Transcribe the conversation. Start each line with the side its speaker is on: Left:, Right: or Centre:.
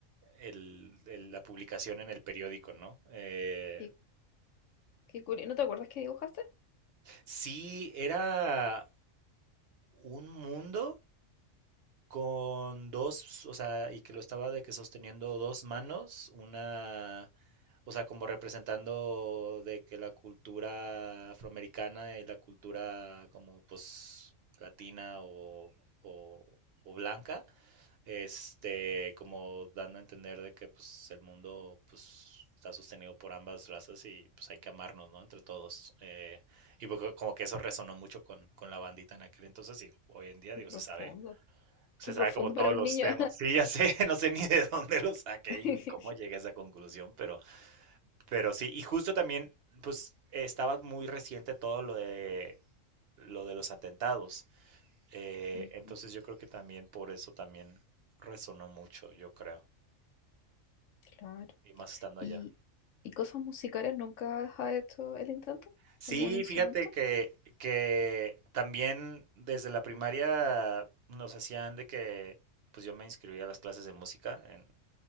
Right: el- el- la publicación en el periódico, ¿no? Eh,
Left: qué, qué curioso. ¿No te acuerdas que dibujaste?
Right: sí, era un mundo con dos, o sea, y que lo estaba de que sosteniendo dos manos, una, o sea, como representando de que la cultura afroamericana y la cultura como pues latina o, o- o blanca, este, como dando a entender de que pues el mundo pues está sostenido por ambas razas y pues hay que amarnos, ¿no? Entre todos. Eh, y poco- como que eso resonó mucho con, con la bandita en aquel entonces y hoy en día,
Left: Qué
Right: digo,
Left: profundo.
Right: se sabe, se
Left: Qué
Right: sabe
Left: profundo
Right: como todos
Left: para un
Right: los
Left: niño.
Right: temas. Sí, ya sé, <laughs> no sé ni de dónde lo saqué
Left: <laughs>
Right: y ni cómo llegué a esa conclusión, pero, pero sí, y justo también, pues eh, estaba muy reciente todo lo de lo de los atentados. Eh,
Left: Mm,
Right: entonces yo creo que también por eso también resonó mucho, yo creo,
Left: Claro.
Right: y más estando
Left: ¿Y,
Right: allá.
Left: y cosas musicales nunca has hecho el intento?
Right: Sí,
Left: ¿Algún instrumento?
Right: fíjate que, que también desde la primaria nos hacían de que, pues yo me inscribí a las clases de música en